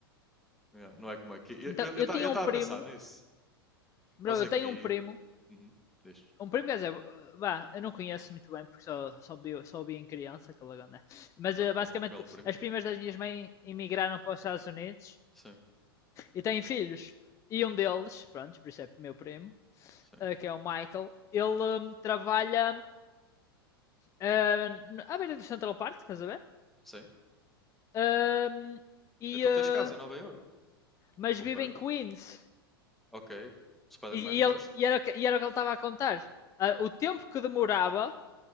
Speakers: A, in the centre; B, on the left.
A: Yeah, não é como aqui.
B: Então,
A: Eu estava eu, eu
B: eu
A: ta-
B: tinha
A: eu
B: um
A: tava
B: primo,
A: a pensar nisso.
B: bro,
A: Nós
B: eu
A: aqui.
B: tenho um primo,
A: Uhum, diz.
B: um primo, quer dizer, vá, eu não conheço muito bem porque só, só, vi, só vi em criança, aquela gana. Mas
A: Ok,
B: eh, basicamente,
A: belo primo.
B: as primas das minhas mães emigraram para os Estados Unidos
A: Sim,
B: e têm filhos. E um deles, pronto, por isso é meu primo,
A: sim,
B: eh, que é o Michael, ele hum, trabalha ah, à beira do Central Park, estás a ver?
A: sim.
B: Ahm, e,
A: Então
B: ah,
A: tens casa em Nova York,
B: mas
A: ou
B: vive
A: perto.
B: em Queens.
A: Ok, Spider-Man,
B: E, e
A: gosto.
B: ele, e, era, o que- e era o que ele estava a contar. Ah, o tempo que demorava